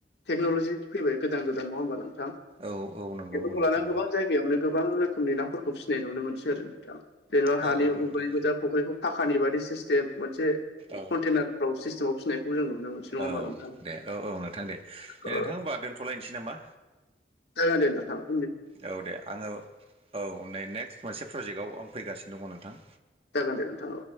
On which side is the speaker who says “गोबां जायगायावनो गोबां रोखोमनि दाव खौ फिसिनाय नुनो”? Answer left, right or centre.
Left